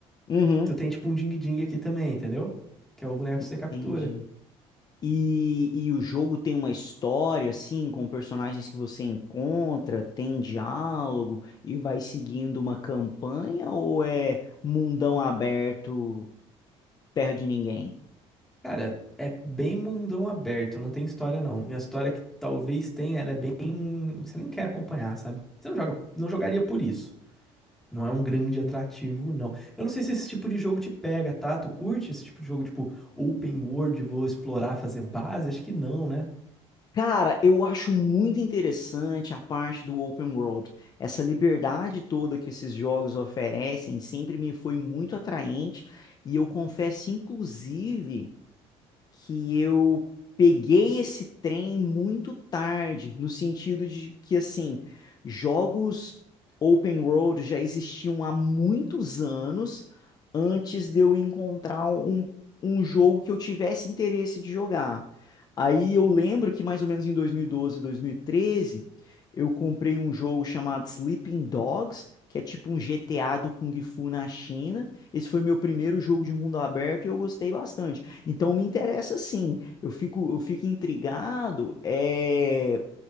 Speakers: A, on the left; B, in the centre.
A: Uhum,
B: tu tem tipo um Ding Ding aqui também, entendeu? Que é o boneco que
A: entendi.
B: você captura.
A: E, e o jogo tem uma história, assim, com personagens que você encontra, tem diálogo e vai seguindo uma campanha ou é mundão aberto, terra de ninguém?
B: Cara, é bem mundão aberto, não tem história não. E a história que talvez tenha, ela é bem. Você nem quer acompanhar, sabe? Você não joga, não jogaria por isso. Não é um grande atrativo, não. Eu não sei se esse tipo de jogo te pega, tá? Tu curte esse tipo de jogo, tipo, open world, vou explorar, fazer base? Acho que não, né?
A: Cara, eu acho muito interessante a parte do open world. Essa liberdade toda que esses jogos oferecem sempre me foi muito atraente e eu confesso, inclusive que eu peguei esse trem muito tarde, no sentido de que, assim, jogos open world já existiam há muitos anos antes de eu encontrar um, um jogo que eu tivesse interesse de jogar. Aí eu lembro que mais ou menos em 2012, 2013, eu comprei um jogo chamado Sleeping Dogs, que é tipo um GTA do Kung Fu na China. Esse foi meu primeiro jogo de mundo aberto e eu gostei bastante. Então me interessa sim. Eu fico, eu fico intrigado. É,